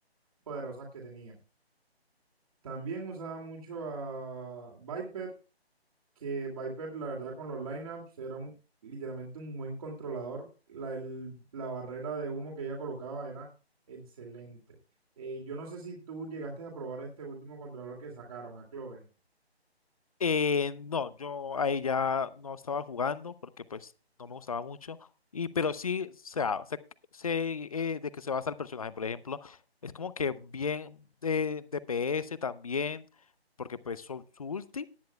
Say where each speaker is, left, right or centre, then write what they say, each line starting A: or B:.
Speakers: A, on the right; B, on the left.
A: poderosas que tenía. También usaba mucho a Viper que Viper, la verdad, con los lineups era un, literalmente un buen controlador. La, el- la barrera de humo que ella colocaba era excelente. Eh, yo no sé si tú llegaste a probar este último controlador que sacaron, a Chloe.
B: Eh, no, yo ahí ya no estaba jugando porque pues no me gustaba mucho. Y pero sí, o sea, sé, sé, eh, de qué se basa el personaje, por ejemplo. Es como que bien de DPS también, porque pues su, su ulti,